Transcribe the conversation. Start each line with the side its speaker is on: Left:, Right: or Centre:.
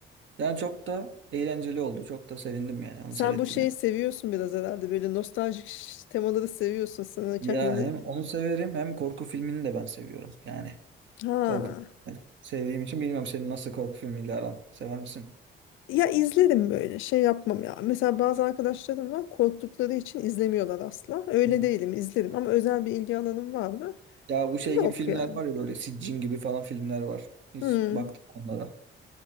Right: Yani çok da eğlenceli oldu. Çok da sevindim yani onu
Left: Sen
Right: seyrettim.
Left: bu şeyi seviyorsun biraz herhalde. Böyle nostaljik ş- temaları seviyorsun sana kendini.
Right: Ya hem onu severim hem korku filmini de ben seviyorum. Yani
Left: Ha.
Right: korku filmini sevdiğim için bilmiyorum senin nasıl korku filmiyle aran. Sever misin?
Left: Ya izlerim böyle şey yapmam ya. Mesela bazı arkadaşlarım var korktukları için izlemiyorlar asla. Öyle
Right: Hı.
Left: değilim izlerim ama özel bir ilgi alanım var mı?
Right: Ya bu şey
Left: Yok
Right: gibi filmler
Left: yani.
Right: var ya böyle Siccin gibi falan filmler var. Hiç
Left: Hmm.
Right: baktım onlara.